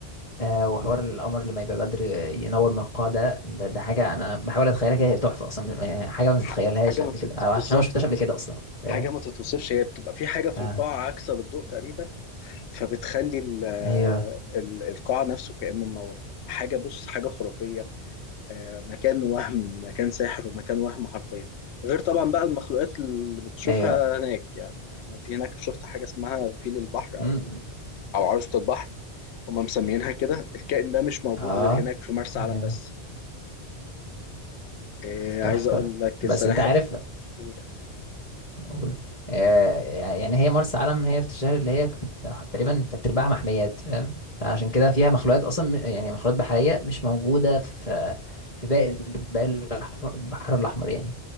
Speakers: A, on the left; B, on the left.
A: آه وحوار القمر لما يبقى بدر ينور من القاع ده ده, ده حاجه انا بحاول اتخيلها كده هي تحفه اصلا يعني حاجه ما تتخيلهاش
B: ح- حاجة
A: قبل
B: ما تت...
A: كده او عشان
B: بالظبط
A: ما شفتهاش قبل كده اصلا فاهم
B: حاجة ما تتوصفش هي بتبقى في حاجة في
A: آه.
B: القاعة عاكسة للضوء تقريبا فبتخلي ال...
A: ايوه
B: ال- القاع نفسه كأنه منور حاجة بص حاجة خرافية آه، مكان وهم مكان سحر ومكان وهم حرفيا غير طبعا بقى المخلوقات اللي بتشوفها
A: ايوه
B: هناك يعني انا في هناك شفت حاجه اسمها فيل البحر
A: امم
B: او او عروسه البحر هم مسمينها كده الكائن ده مش موجود
A: اه
B: غير هناك في مرسى
A: جميل
B: علم بس آه،
A: تحفه
B: عايز اقول لك
A: بس
B: السلاحف
A: انت عارف
B: قول.
A: قول. آه يعني هي مرسى علم هي في الشهر اللي هي تقريبا تلات ارباعها محميات فاهم فعشان كده فيها مخلوقات اصلا يعني مخلوقات بحريه مش موجوده في في باقي باقي الأحمر- البحر الاحمر يعني